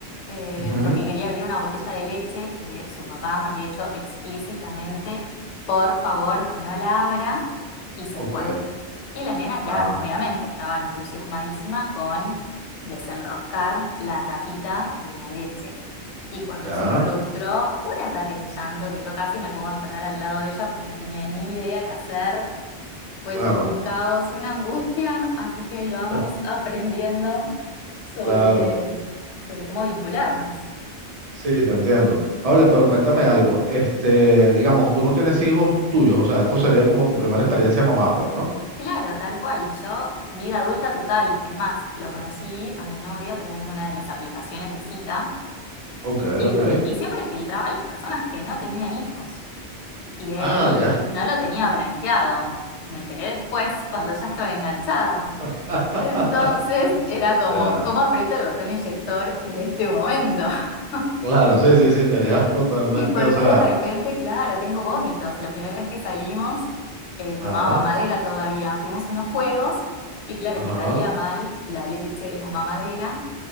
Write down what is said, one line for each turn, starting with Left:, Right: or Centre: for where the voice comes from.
Left: eh,
Right: ujú,
Left: porque quería abrir una botella de leche que su papá me había dicho explícitamente, por favor, que no la abra, y se
Right: ok,
Left: fue. Y la nena, claro,
Right: ah,
Left: obviamente, estaba entusiasmadísima con desenroscar la tapita de la leche. Y cuando
Right: ya,
Left: se frustró, un ataque de llanto que yo casi me pongo a llorar al lado de ella porque no tenía ni idea qué hacer. Fue
Right: claro,
Left: todo un caos, una angustia, así que ahí
Right: <laughs>
Left: vamos <laughs> aprendiendo sobre,
Right: claro,
Left: sobre cómo vincularnos.
Right: sí, te entiendo. Paula, pero cuéntame algo, este, digamos, tú no tienes hijos tuyos, o sea, esto sería como tu primera experiencia mamá, pues, ¿no?
Left: Claro, tal cual. Yo, vida adulta total. Es más, lo conocí a mi novia a través de una de las aplicaciones de cita
Right: Ok,
Left: Y,
Right: ok,
Left: y siempre filtraba a las personas que no tenían hijos. Y él
Right: ah, ya,
Left: no lo tenía blanqueado. Me enteré después, cuando ya estaba enganchada.
Right: <laughs>
Left: Entonces era como,
Right: ya,
Left: ¿cómo aprieto el botón eyector en este momento? <laughs>
Right: claro, sí, sí, sí, estaría <laughs> totalmente,
Left: ¿Y por
Right: o sea,
Left: qué de repente, claro, tengo vómitos? La primera vez que salimos, eh, tomaba
Right: ajá,
Left: mamadera todavía. Fuimos a unos juegos y claro,
Right: ajá,
Left: le caía mal la leche de la mamadera.